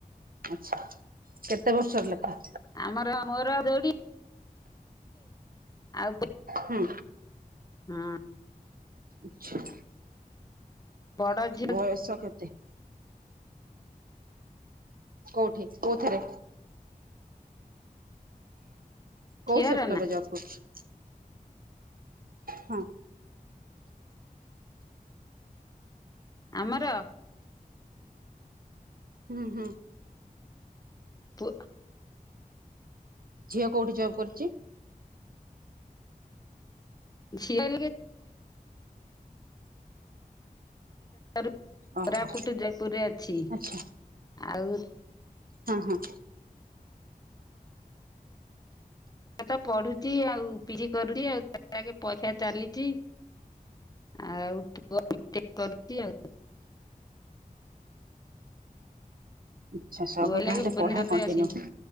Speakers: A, on the right; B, on the left.
A: ଆଛା କେତେ ବର୍ଷର ଲେଖା
B: ଆମର ମୋର ଦଡି ଆଉ
A: ହୁଁ
B: ହୁଁ
A: ଆଚ୍ଛା
B: ବଡ ଝିଅ
A: ବୟସ କେତେ କୋଉଠି କୋଉଥିରେ କୋଉ
B: ଝିଅର
A: ସେକ୍ଟରରେ
B: ନା
A: ଯିବା କରଛି ହଁ
B: ଆମର
A: ହୁଁ ହୁଁ
B: ପୁ
A: ଝିଅ କୋଉଠି ଜବ୍ କରିୁଛି
B: ଶିଆ କୋରାପୁଟ
A: ଓହୋ
B: ଜୟପୁରରେ ଅଛି
A: ଆଚ୍ଛା
B: ଆଉ
A: ହଁ ହଁ
B: ତ ପଢୁଛି ଆଉ ପିଠି କରୁଛି ଆଉ ଆଗେ ପଇସା ଚାଲିଛି ଆଉ ଆଉ ପଅ ବି କରୁଛି ଆଉ
A: ଆଛା ସବୁ
B: ପୁଅ ଲାଗେ
A: ତାହେଲେ
B: ଭୁବନେଶ୍ୱରରେ
A: ପଢା କଣ୍ଟିନ୍ୟୁ
B: ଅଛି